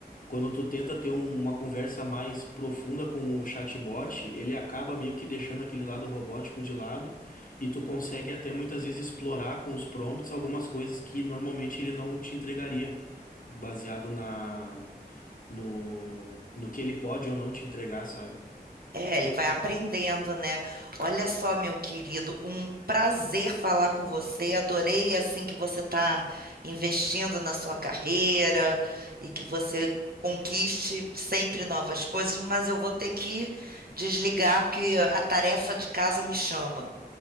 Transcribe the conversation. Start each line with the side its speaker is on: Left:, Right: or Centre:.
Left: quando tu tenta ter um- uma conversa mais profunda com o chatbot, ele acaba meio que deixando aquele lado robótico de lado e tu consegue até muitas vezes explorar com os prompts algumas coisas que normalmente ele não te entregaria, baseado na no, no que ele pode ou não te entregar, sabe?
Right: É, ele vai aprendendo, né? Olha só, meu querido, um prazer falar com você. Adorei assim que você está investindo na sua carreira e que você conquiste sempre novas coisas, mas eu vou ter que desligar porque a tarefa de casa me chama.